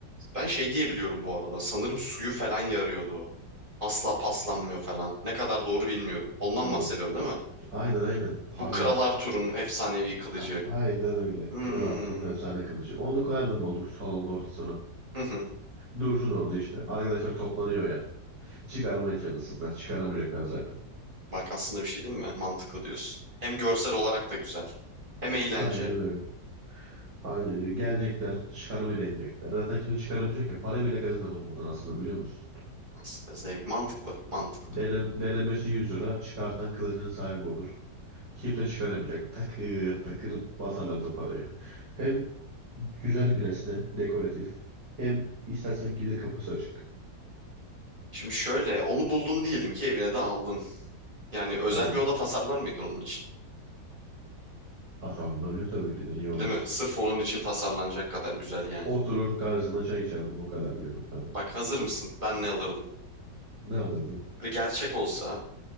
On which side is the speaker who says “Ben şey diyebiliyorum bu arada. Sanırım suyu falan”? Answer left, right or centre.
Right